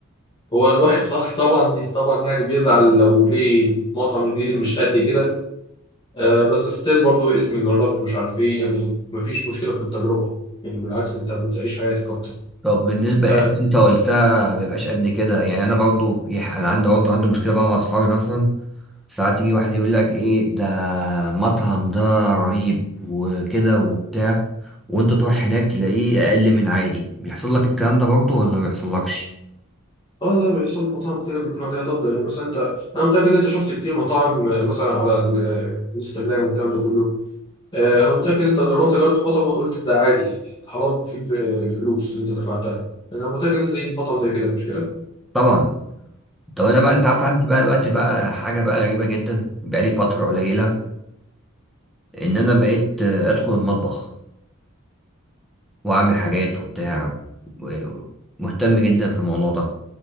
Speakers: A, on the left (about 20°); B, in the centre.
A: هو الواحد صح طبعا طبعا يعني بيزعل لو لقي المطعم الجديد مش قد كده آه بس ستيل برضو اسمي جربت مش عارف ايه يعني مفيش مشكله في التجربه يعني بالعكس انت بتعيش حياتك اكتر
B: طب بالنسبة
A: اه
B: للحتة اللي انت قلتها ما بيبقاش قد كده يعني انا برضه في ح- انا عندي برضه عندي مشكلة بقى مع اصحابي مثلا ساعات يجي واحد يقول لك ايه ده مطعم ده رهيب وكده وبتاع وانت تروح هناك تلاقيه اقل من عادي بيحصل لك الكلام ده برضه ولا ما بيحصلكش
A: اه لا بيحصل لي مطاعم كتير بيكون عليها ضجه يعني مثلا انت انا متاكد ان انت شفت كتير مطاعم آه، مثلا على ال- آه، الانستجرام والكلام ده كله آه انا متاكد ان انت لو رحت جربت مطعم قلت ده عادي يعني حرام فيه الف- الفلوس اللي انت دفعتها انا متاكد ان انت لقيت مطعم زي كده مش كده؟
B: طبعا طب انا بقى انت عارف عندي بقى الوقت بقى حاجه بقى غريبه جدا بقى لي فتره قليله ان انا بقيت آه، ادخل المطبخ واعمل حاجات وبتاع و- مهتم جدا في الموضوع ده